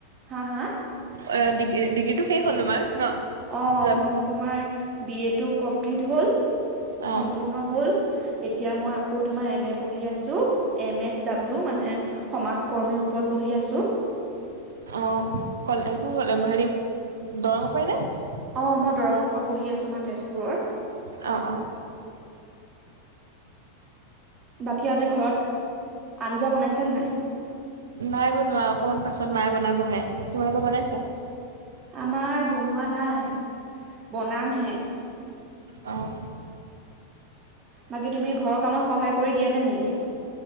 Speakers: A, on the right (about 30°); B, on the right (about 65°).
A: হা-হা?
B: অ', ডিগ-ডিগ্ৰী টো শেষ হ'ল তোমাৰ? ন
A: অ',
B: যোৱা বছৰ
A: মোৰ তোমাৰ, বি এটো কমপ্লিট হ'ল।
B: অ',
A: সম্পূৰ্ণ হ'ল। এতিয়া মই আকৌ তোমাৰ এম এ পঢ়ি আছো, এম এচ ডাব্লিউ মানে সমাজকৰ্মীৰ ওপৰত পঢ়ি আছোঁ।
B: অ', কল হেৰি, দৰমহা পায় নে?
A: অঁ', মই দৰঙৰ পৰা পঢ়ি আছোঁ মই তেজপুৰৰ।
B: অ', - অ',।
A: বাকী আজি ঘৰত, আঞ্জা বনাইছেনে নাই?
B: নাই বনোৱা অকনমান পাছত মায়ে বনাবহে, তোমালোকে বনাইছে?
A: আমাৰ বনোৱা নাই, বনামহে।
B: আহ।
A: বাকী তুমি ঘৰৰ কামত সহায় কৰি দিয়া নে নিদিয়া?